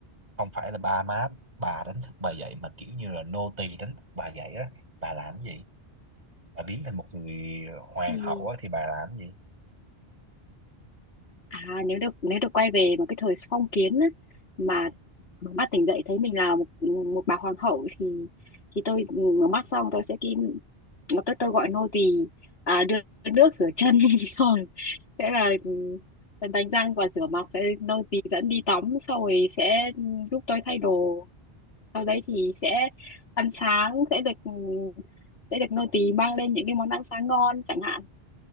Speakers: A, on the right; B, on the left.
A: không phải là ba má bà đánh thức bà dậy mà kiểu như là nô tì đánh thức bà dậy á bà làm cái gì bà biến thành một người hoàng
B: Ừ.
A: hậu á, thì bà làm gì
B: À nếu được nếu được quay về mà cái thời phong kiến á, mà
A: Ừ.
B: mở mắt tỉnh dậy thấy mình là một một bà hoàng hậu thì thì tôi ừ, mở mắt xong tôi sẽ kín tôi tôi gọi nô tỳ à, đưa nước rửa chân <laughs> rồi sẽ là ừ, đánh răng và rửa mặt sẽ nô tỳ dẫn đi tắm xong rồi sẽ giúp tôi thay đồ sau đấy thì sẽ ăn sáng sẽ được ừ, sẽ được nô tỳ mang lên những cái món ăn sáng ngon chẳng hạn